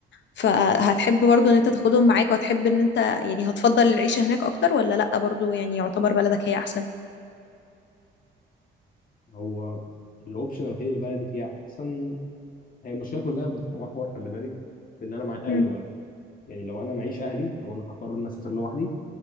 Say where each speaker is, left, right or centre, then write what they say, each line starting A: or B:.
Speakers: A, on the left; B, on the left.
A: فهتحب برضو ان انت تاخدهم معاك وهتحب ان انت يعني هتفضل العيشة هناك أكتر ولا لأ برضو يعني يعتبر بلدك هي أحسن
B: هو الاوبشن الوحيد اللي البلدي فيها احسن هي المشكله كلها بتتمحور خلي بالك في ان انا مع اهلي
A: مم.
B: ولا يعني لو انا معيش اهلي لو انا هقرر ان اسافر لوحدي